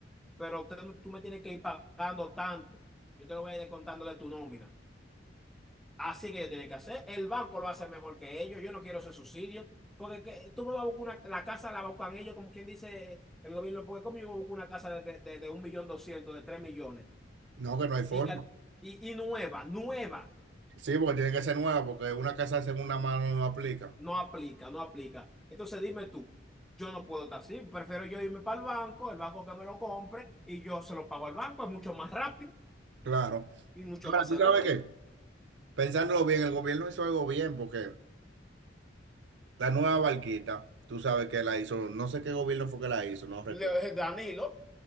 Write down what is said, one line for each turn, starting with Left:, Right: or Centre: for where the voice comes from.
Centre: pero tú, tú me tienes que ir pagando tanto, yo te lo voy a ir descontando de tu nómina. Así que yo tienen que hacer, el banco lo hace mejor que ellos, yo no quiero ese subsidio, porque que- tú me vas a buscar una, la casa la buscan ellos, como quien dice el gobierno, porque como yo voy a buscar una casa de, de, de, de un millón doscientos, de tres millones,
Right: No, que no hay forma.
Centre: y, que, al- y, y nueva, nueva.
Right: Sí, porque tiene que ser nueva, porque una casa en una mano no aplica.
Centre: No aplica, no aplica. Entonces dime tú, yo no puedo estar así, prefiero yo irme para el banco, el banco que me lo compre y yo se lo pago al banco, es mucho más rápido
Right: Claro.
Centre: y mucho
Right: Ahora,
Centre: más
Right: ¿tú
Centre: seguro.
Right: sabes qué? Pensándolo bien, el gobierno hizo algo bien, porque la nueva barquita, tú sabes que la hizo, no sé qué gobierno fue que la hizo, no recuerdo.
Centre: Le- Danilo,